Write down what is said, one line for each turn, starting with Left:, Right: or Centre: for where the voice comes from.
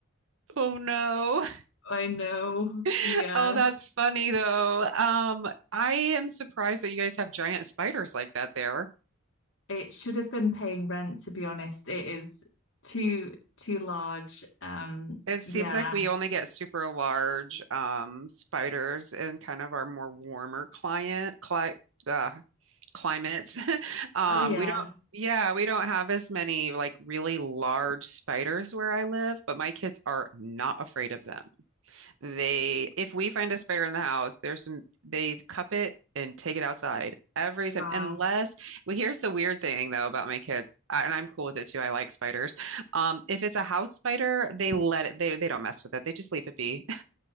Right: Oh no.
Left: I know,
Right: <laughs>
Left: yeah.
Right: Oh, that's funny though. Um, I am surprised that you guys have giant spiders like that there.
Left: It should have been paying rent, to be honest. It is too too large. Um,
Right: It seems
Left: yeah.
Right: like we only get super large um, spiders in kind of our more warmer client cli uh, climates. <laughs> Um,
Left: Oh yeah.
Right: we don't, yeah, we don't have as many like really large spiders where I live, but my kids are not afraid of them. They, if we find a spider in the house, there's some, they cup it and take it outside every
Left: Wow.
Right: time. Unless, well, here's the weird thing though about my kids, I- and I'm cool with it too. I like spiders. Um, if it's a house spider, they let it, they, they don't mess with it. They just leave it be. <laughs>